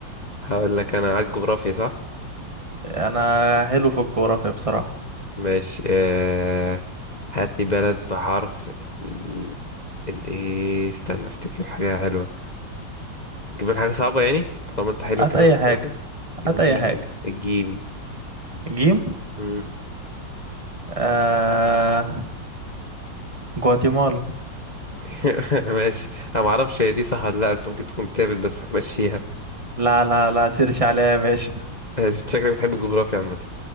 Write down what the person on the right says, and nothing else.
انا حلو في الجغرافيا بصراحه
هات
اي
حاجه
هات اي حاجه
جيم
آه... جواتيمالا
لا لا لا سيرش عليها يا باشا